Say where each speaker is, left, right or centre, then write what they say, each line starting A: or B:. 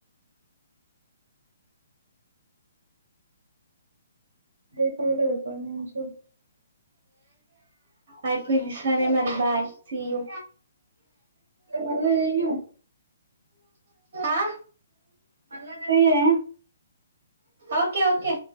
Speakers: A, on the right (about 75°); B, on the right (about 50°).
A: <unintelligible>
B: అయిపోయినై సరే మరి బాయ్ సి యూ
A: మళ్ళా చెయ్యి
B: ఆ
A: మల్ల జెయ్యే
B: ఓకే ఓకే